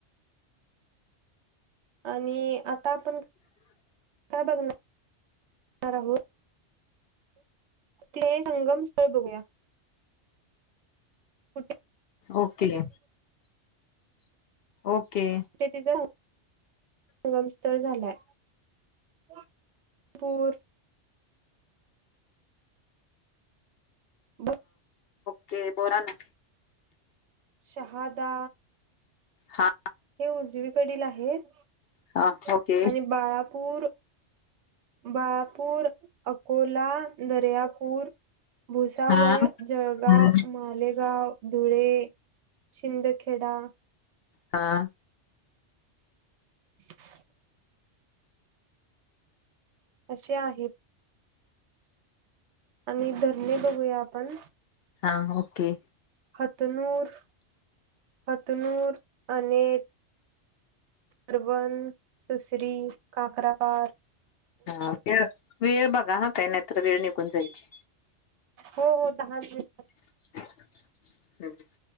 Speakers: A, on the right; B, on the left.
A: आणि आता आपण, काय बघणार आहोत ते संगम स्थळ बघूया. कुठे
B: ओके. <inaudible> ओके.
A: ते तिथं, संगमस्थळ झालाय. <unintelligible> पूर ब <unintelligible>
B: ते पोरांना
A: शहादा
B: हा
A: हे उजवीकडील आहेत.
B: हा
A: <inaudible>
B: ओके
A: आणि बाळापूर बाळापूर, अकोला, दर्यापूर भुसावळ,
B: हा
A: जळगाव
B: हम्म
A: मालेगाव, धुळे, शिंदखेडा
B: हा.
A: <inaudible> अशे आहेत. आणि धरणे बघूया, आपण.
B: हा, ओके.
A: हतनूर. हतनूर. अने अरबन, सुसरी, काकराबाद
B: ओके. वेळ बघा हा ताई. नाहीतर, वेळ निघून जायची.
A: हो, हो, दहा मी
B: <inaudible> ह.